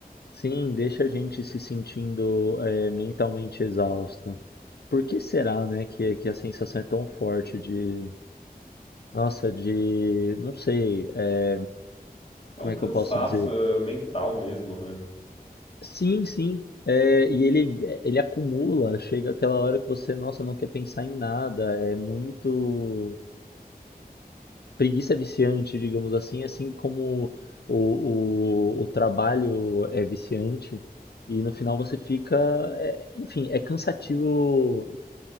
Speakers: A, on the left; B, on the left.
A: sim, deixa a gente se sentindo é, mentalmente exausto. Por que será, né, que, que a sensação é tão forte de, nossa, de, não sei, é,
B: É
A: como
B: um cansaço
A: é que eu posso dizer?
B: é, mental mesmo, né?
A: Sim, sim. É, e ele, ele acumula, chega aquela hora que você, nossa, não quer pensar em nada, é muito preguiça viciante, digamos assim, assim como o, o, o trabalho é viciante, e no final você fica, é, enfim, é cansativo,